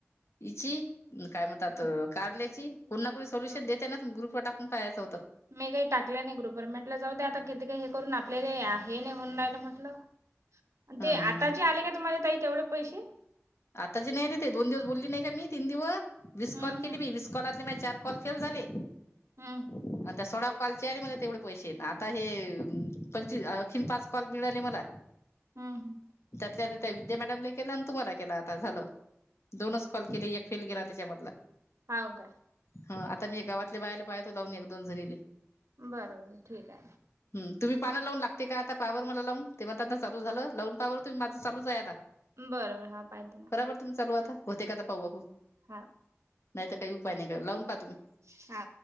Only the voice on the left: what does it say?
हची काय म्हणतात
कारल्याची कोणीणा कोणी सोल्युशन
देत ना म ग्रुप टाकून. पहायचं होतं.
हं
हं
आता ज नाही नाही ते दोन दिवस बोलली नाही का मी तीन दिवस वीस
कॉल केली
मी वीस कॉलरले मी चार कॉल. फेल झाले.
आणि त्या सोळा कॉलचे आले मला तेवढे पैसे आता हे पंचवी अखीन पाच कॉल मिळाले मला.
विद्या मॅडम के तुम्हाला केला आता झालं दोनच कॉल केले. फेल गेला त्याच्यामधला.
हा आता मी गावातल्या बायला पाहतो लावून एक दोन जणीले
हम तुम्ही पाना लावून लागते का आता पावर मला लावून ते म्हण आता चालू झालं लावून का बर माझं चालच आहे आता.
बराबर तुम् चालू आताते का आ पाहू आपुन.
नाही तर काही उपाय नाही लावून पाहा तुम्ही.